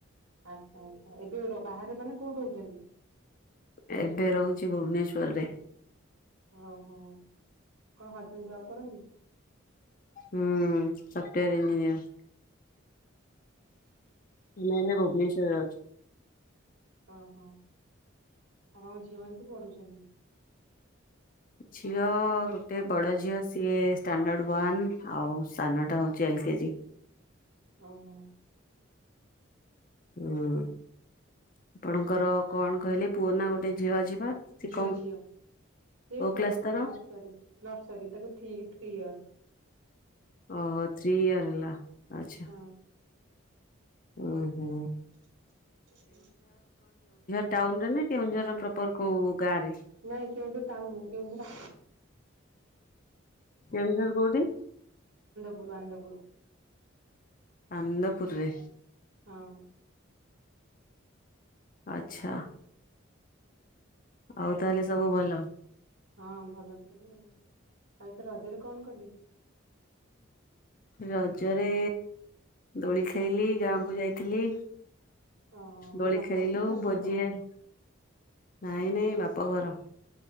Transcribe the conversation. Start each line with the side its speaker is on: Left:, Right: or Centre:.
Right: ଆଚ୍ଛା ଆଚ୍ଛା ଏବେ ବାହାରେ ମାନେ କୋଉଠି ରଉଛନ୍ତି।
Left: ଏବେ ରହୁଛି ଭୁବନେଶ୍ୱରରେ।
Right: ଓହୋ କଣ ହଜବେଣ୍ଡ ଯବ କରନ୍ତି?
Left: ହୁଁ ସଫ୍ଟୱାର ଇଂଜିନିୟର। ଆମେ ଏବେ ଭୁବନେଶ୍ୱର ଯାଉଛୁ।
Right: ଓହୋ ଆପଣଙ୍କ ଝିଅ ମାନ ତ ପଢୁଛନ୍ତି।
Left: ଝିଅ ଗୋଟେ ବଡ ଝିଅ ସିଏ ଷ୍ଟାଣ୍ଡଡ୍ ୱନ୍ ଆଉ ସାନଟା ହଉଛି ଏଲ କେଜି।
Right: ଓ ହ।
Left: ହୁଁ ଆପଣଙ୍କର କଣ କହିଲେ ପୁଅ ନା ଗୋଟେ। ଝିଅ ଅଛି ବା ସେ
Right: ଝିଅ
Left: କଣ
Right: ଝିଅ ସିଏ
Left: କୋଉ
Right: ପଢୁଛି
Left: କ୍ଲାସ ତାର
Right: ନର୍ସରି ତାକୁଥ୍ରୀ ୟର
Left: ଓହୋ ଥ୍ରୀ ଇୟର ହେଲା ଆଛା,
Right: ହଁ
Left: ଓୁ ହୋ
Right: <unintelligible>
Left: ଟାଉନ ରେ ନା କେଉଁଝର ପ୍ରପର କୋଉ ଗାଁ ରେ?
Right: ନାଇଁ କେଉଁଠି ଟାଉନ ନୁ କେଉଁଠି
Left: କେଉଁଝର କଉଠି।
Right: ଗୁରୁ ଆନନ୍ଦପୁର।
Left: ଆ ନନ୍ଦପୁରରେ।
Right: ହଁ
Left: ଆଛା। ଆଉ ତାହେଲେ ସବୁ ଭଲ।
Right: ହଁ ଭଲ ସବୁ ଆଉ ଆଉ ଏଥିେ ରଜରେ କଣ କଲି।
Left: ରଜରେ ଦୋଳି ଖେଳିଲି ଗାଁକୁ ଯାଇଥିଲି।
Right: ଓହୋ ମାନେ
Left: ଦୋଳି
Right: ବାପଘର
Left: ଖେଳିଲୁ
Right: ନା ଶାଶୁଘର?
Left: ଭୋଜି ହେଲ ନାଇଁ ନାଇଁ ବାପା ବାପଘର।